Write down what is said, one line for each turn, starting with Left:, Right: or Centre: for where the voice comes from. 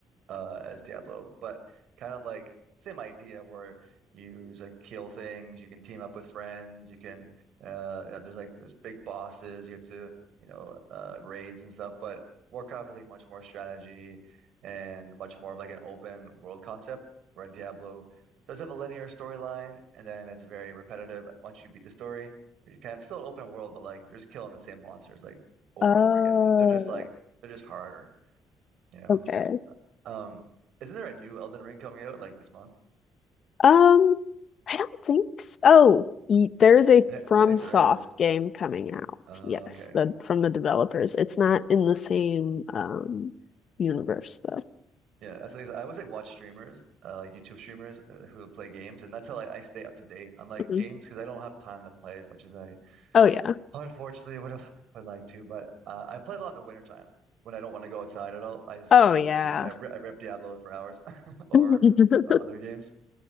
Right: uh as Diablo, but kind of like same idea where you just, like kill things. You can team up with friends. You can uh you know, there's like there's big bosses. You have to you know uh raids and stuff. But Warcraft is like much more strategy and much more of like an open world concept. Where Diablo does have a linear storyline, and then it's very repetitive once you beat the story where you kind of still open world, but like you're just killing the same monsters like over
Left: Oh,
Right: and over again. They're just like they're just harder, you know.
Left: okay.
Right: Uh, Um, isn't there a new Elden Ring coming out like this month?
Left: Um, I don't think so. Oh, y- there
Right: <laughs>
Left: is a
Right: I
Left: FromSoft
Right: think there is.
Left: game coming out.
Right: Uh,
Left: Yes,
Right: okay.
Left: the from the developers. It's not in the same um universe though.
Right: Yeah, that's the thing. I always like watch streamers, uh, like YouTube streamers uh, who play games, and that's how like, I stay up to date on like
Left: Mhm.
Right: games because I don't have time to play as much as I
Left: Oh yeah.
Right: unfortunately would have <laughs> I'd like to. But uh, I play a lot in the wintertime when I don't want to go outside at all. I just
Left: Oh
Right: rip,
Left: yeah.
Right: ga I rip, I rip Diablo for hours <laughs> or
Left: <laughs>
Right: uh, other games.